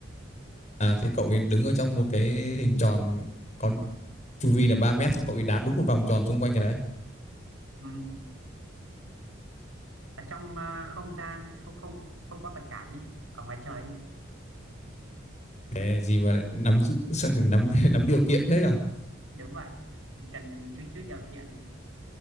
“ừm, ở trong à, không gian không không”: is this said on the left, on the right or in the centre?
Right